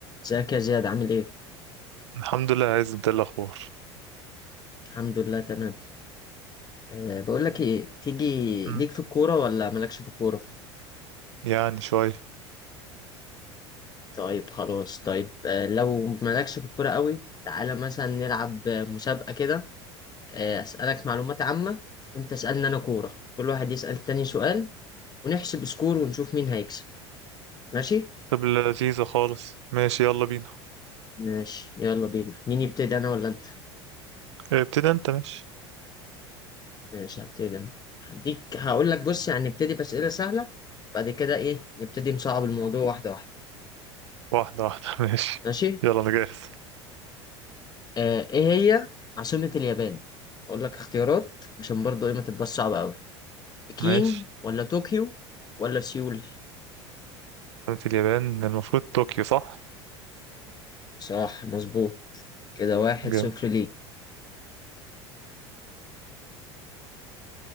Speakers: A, on the left (about 25°); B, on the right (about 75°).
A: ازيك يا زياد عامل ايه؟
B: الحمد لله عايز انت إيه الاخبار
A: الحمد لله تمام أه بقول لك ايه تيجي
B: مم.
A: ليك في الكورة ولا مالكش في الكورة؟
B: يعني شويه
A: طيب خلاص طيب أه لو مالكش في الكورة قوي تعالى مثلا نلعب مسابقة كده أه اسألك معلومات عامة وانت اسألني انا كورة كل واحد يسأل التاني سؤال ونحسب سكور ونشوف مين هيكسب ماشي؟
B: طب لذيذه خالص ماشي يلا بينا
A: ماشي يلا بينا مين يبتدي انا ولا انت؟
B: اه، ابتدي انت ماشي
A: ماشي هبتدي انا هديك هقول لك بص يعني نبتدي بأسئلة سهلة بعد كده ايه نبتدي نصعب الموضوع واحدة واحدة
B: واحده واحده <laughs> ماشي
A: ماشي؟
B: يلا انا جاهز
A: آه، ايه هي عاصمة اليابان؟ اقول لك اختيارات عشان برضو ايه ما تبقاش صعبة قوي بكين
B: ماشي
A: ولا طوكيو ولا سيول
B: قلت اليابان المفروض طوكيو صح
A: صح مظبوط كده واحد
B: جامد
A: صفر ليه